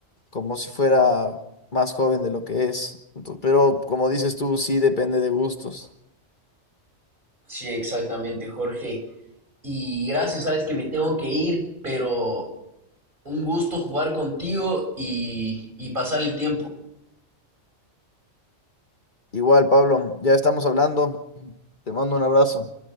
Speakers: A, on the left; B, on the right.
A: como si fuera más joven de lo que es. Ento- Pero como dices tú, sí depende de gustos.
B: Sí, exactamente, Jorge. Y gracias, sabes que me tengo que ir, pero un gusto jugar contigo y, y pasar el tiempo.
A: Igual, Pablo, ya estamos hablando. Te mando un abrazo.